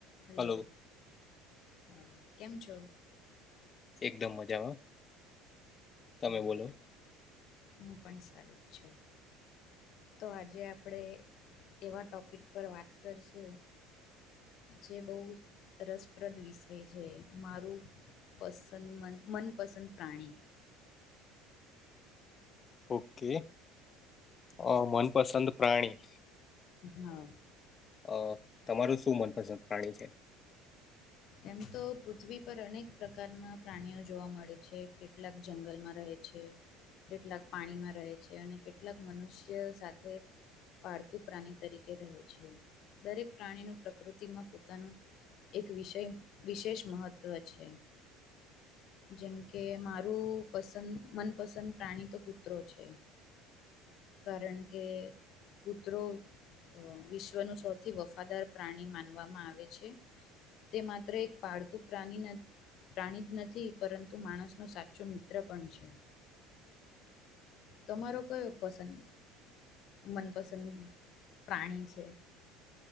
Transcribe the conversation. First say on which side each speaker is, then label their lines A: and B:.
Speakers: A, on the left; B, on the left.
A: Hello
B: hello
A: હા કેમ છો?
B: એકદમ મજામાં તમે
A: હમ,
B: બોલો
A: હું પણ સારી જ છું. તો આજે આપણે એવા ટોપિક પર વાત કરશું જે બહુ રસપ્રદ વિષય છે મારું પસંદ મન મનપસંદ પ્રાણી
B: ઓકે અ મનપસંદ પ્રાણી
A: હા
B: અ તમારું શું મનપસંદ પ્રાણી છે?
A: એમ તો પૃથ્વી પર અનેક પ્રકારના પ્રાણીઓ જોવા મળે છે કેટલાક જંગલમાં રહે છે કેટલાક પાણીમાં રહે છે અને કેટલાક મનુષ્ય સાથે પાળતું પ્રાણી તરીકે રહે છે દરેક પ્રાણીનું પ્રકૃતિમાં પોતાનું એક વિષય વિશેષ મહત્વ છે. જેમ કે મારું પસંદ મનપસંદ પ્રાણી તો કૂતરો છે. કારણ કે કૂતરો વિશ્વનું સૌથી વફાદાર પ્રાણી માનવામાં આવે છે. તે માત્ર એક પાળતું પ્રાણી નથ પ્રાણી જ નથી પરંતુ માણસનો સાચો મિત્ર પણ છે. તમારો કયો પસંદ મનપસંદ પ્રાણી છે.